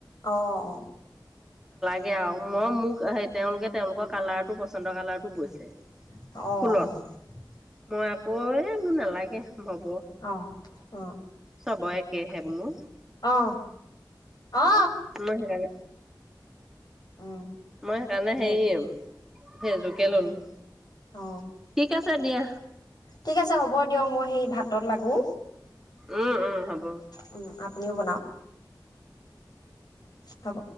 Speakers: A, on the left; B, in the centre.
A: অ অ
B: সে আও মই মোক তেওঁলোকে তেওঁলোকৰ কালাৰটো পচন্দৰ কালাৰ টো বৈছে
A: অহ
B: ফুলত মই আকৌ এ মো নালাগে হব
A: অ অ
B: চবৰে একেহে বোলো
A: অ অ অ অ
B: মেৰা হয়
A: উম
B: মই সেইকাৰণে
A: সেই
B: হেৰি সেইযোকে ললো
A: অ
B: ঠিক আছে দিয়া
A: ঠিক আছে হ'ব দিয়ক মই সেই ভাতত লাগো
B: উম উম হ'ব
A: উম আপুনিও বনাওক হব